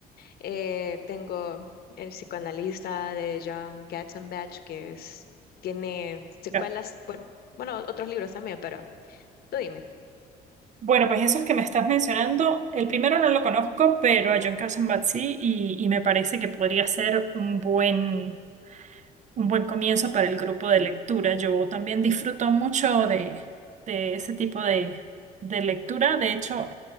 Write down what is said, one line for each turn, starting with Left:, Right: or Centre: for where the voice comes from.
Left: Eh, tengo El psicoanalista de John Katzenbach, que es, tiene secuelas,
Right: Ya.
Left: bueno, bueno, otros libros también, pero tú dime.
Right: Bueno, pues esos que me estás mencionando, el primero no lo conozco, pero a John Katzenbach sí y, y me parece que podría ser un buen un buen comienzo para el grupo de lectura. Yo también disfruto mucho de, de ese tipo de, de lectura. De hecho,